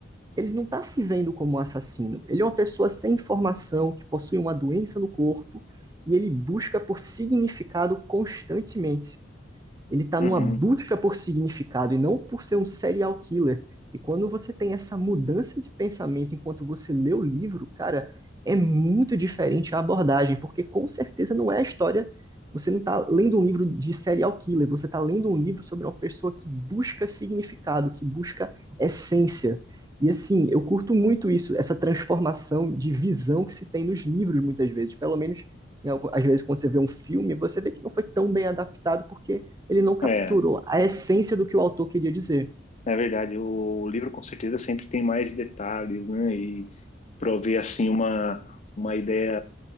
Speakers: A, on the right; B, on the left.
A: ele não está se vendo como um assassino. Ele é uma pessoa sem informação, que possui uma doença no corpo, e ele busca por significado constantemente. Ele está
B: Uhum,
A: numa busca por significado e não por ser um serial killer. E quando você tem essa mudança de pensamento enquanto você lê o livro, cara, é muito diferente a abordagem, porque com certeza não é a história. Você não está lendo um livro de serial killer, você está lendo um livro sobre uma pessoa que busca significado, que busca essência. E assim, eu curto muito isso, essa transformação de visão que se tem nos livros, muitas vezes. Pelo menos, em algu- às vezes, quando você vê um filme, você vê que não foi tão bem adaptado, porque ele não capturou
B: é.
A: a essência do que o autor queria dizer.
B: É verdade, o livro com certeza sempre tem mais detalhes, né? E prover assim uma, uma ideia